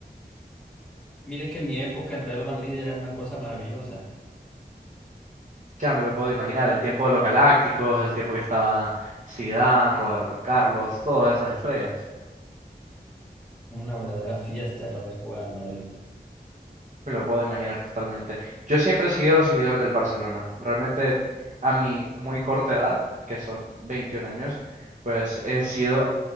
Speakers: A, in the centre; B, on the right (about 50°).
A: mire que en mi época el Real Madrid era una cosa maravillosa,
B: Ya me lo puedo imaginar, el tiempo de los Galácticos, el tiempo que estaba Zidane, Roberto Carlos, todas esas estrellas.
A: una verdadera fiesta era ver jugar al Madrid.
B: Me lo puedo imaginar totalmente. Yo siempre he sido seguidor del Barcelona. Realmente a mi muy corta edad, que son 21 años, pues he sido